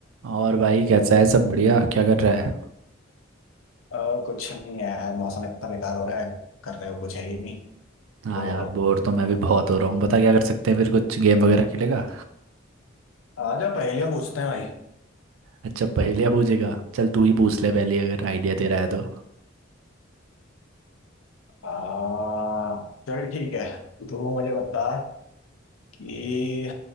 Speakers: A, on the right (about 75°); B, on the left (about 85°).
A: और भाई कैसा है सब बढ़िया क्या कर रहा है
B: अ, कुछ नहीं यार मौसम इतना बेकार हो रहा है करने को कुछ है ही नहीं
A: हाँ
B: बोर
A: यार
B: हो रहा हूँ
A: बोर तो मैं भी बहुत हो रहा हूँ बता क्या कर सकते हैं फिर कुछ गेम वगैरह खेलेगा
B: आ जा पहेलियां पूछते हैं भाई
A: अच्छा पहेलियाँ पूछेगा चल तू ही पूछ ले पहली अगर आइडिया तेरा है तो
B: आ, चल ठीक है तू मुझे बता कि